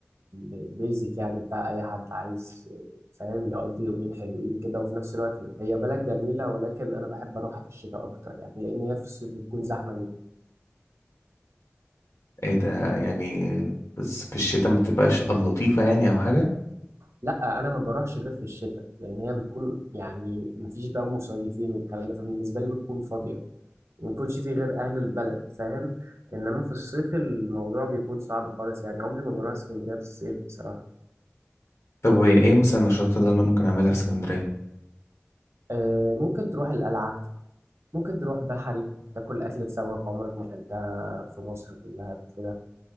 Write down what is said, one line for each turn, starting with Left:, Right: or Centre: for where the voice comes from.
Right: البيزك يعني بتاع أي حد عايز آه، فاهم يقضي يومين حلوين كده وفي نفس الوقت هي هي بلد جميلة ولكن أنا بحب أروحها في الشتاء أكتر يعني لأن هي في الصيف بتكون زحمة
Left: ايه ده يعني بس في الشتاء ما بتبقاش لطيفه يعني او حاجه
Right: لا انا ما بروحش غير في الشتاء لان هي بتكون يعني ما فيش بقى مصيفين والكلام ده فبالنسبه لي بتكون فاضيه ما يكونش في غير اهل البلد فاهم انما في الصيف الموضوع بيكون صعب خالص يعني عمري ما بروح اسكندريه في الصيف بصراحه
Left: طب وهي ايه مثلا النشاطات اللي انا ممكن اعملها في اسكندريه
Right: أه ممكن تروح القلعه ممكن تروح بحري تاكل اكله سمك عمرك ما اكلتها في مصر كلها قبل كده